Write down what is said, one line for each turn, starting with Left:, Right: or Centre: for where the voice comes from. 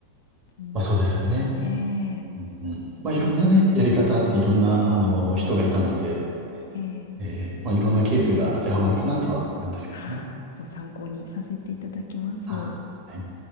Left: うんですかね。
Right: まあ、そうですよね。うんうん。まあ、いろんなね、やり方あっていろんな、あの、人がいたので、
Left: ええ、
Right: えーまあ、いろんなケースが当てはまるかなとは思うんですけども。
Left: はあ、ちょっと参考にさせていただきます。
Right: あはい。